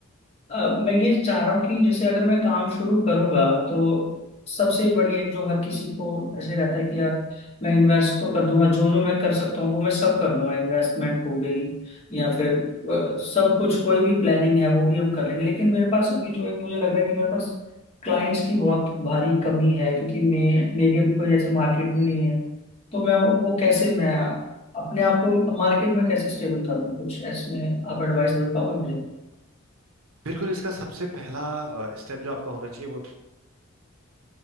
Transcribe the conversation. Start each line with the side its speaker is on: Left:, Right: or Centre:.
Left: अ, मैं ये चाह रहा हूँ कि जैसे अगर मैं काम शुरू करूंगा तो सबसे बड़ी एक जो हर किसी को ऐसे रहता है कि यार मैं इन्वेस्ट तो कर दूंगा जो जो मैं कर सकता हूँ वो मैं सब कर दूंगा इन्वेस्टमेंट हो गई या फिर अ, सब कुछ कोई भी प्लानिंग है वो भी हम कर लेंगे लेकिन मेरे पास अभी जो एक मुझे लग रहा है कि मेरे पास क्लाइंट्स की बहुत भारी कमी है क्योंकि मैं मेरी अभी कोई ऐसे मार्केट भी नहीं है तो मैं वो कैसे मैं अपने आप को मार्केट में कैसे स्टेबल करूँ कुछ ऐसे में आप एडवाइस दे पाओगे मुझे
Right: बिल्कुल इसका सबसे पहला स्टेप जो आपका होना चाहिए वो